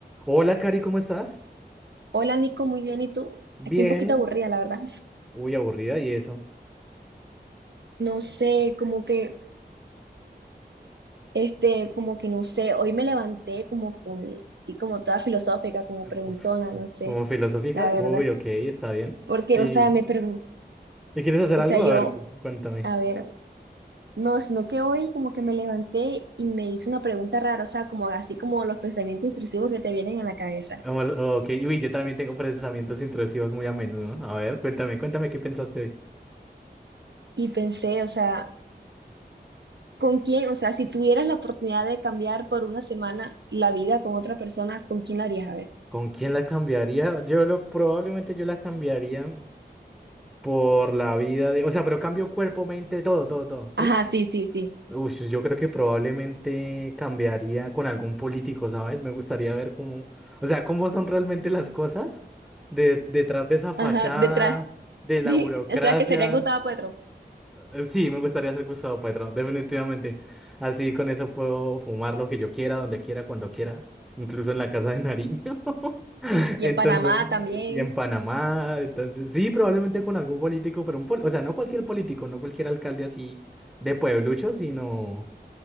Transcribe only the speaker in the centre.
Hola, Cari, ¿cómo estás?
Bien.
Uy, aburrida, ¿y eso?
Uf,
¿como filosófica?
Uy,
ok, está bien.
¿Y,
y quieres hacer
algo?
A ver, cu- cuéntame.
Vamos, ok, uy, yo también tengo pensamientos intrusivos muy a menudo. A ver, cuéntame, cuéntame qué pensaste hoy.
¿Con quién la cambiaría? Yo lo, probablemente yo la cambiaría por la vida de, o sea, pero cambio cuerpo, mente, todo, todo, todo, ¿sí?
Uy, sí, yo creo que probablemente cambiaría con algún político, ¿sabes? Me gustaría ver cómo, o sea, cómo son realmente las cosas de, detrás de esa fachada,
de
la burocracia.
Eh, Sí, me gustaría ser Gustavo Petro, definitivamente. Así con eso puedo fumar lo que yo quiera, donde quiera, cuando quiera, incluso en la casa de Nariño. <laughs>
Entonces,
eh, y en Panamá, entonces, sí, probablemente con algún político, pero un pol- o sea, no cualquier político, no cualquier alcalde así de pueblucho, sino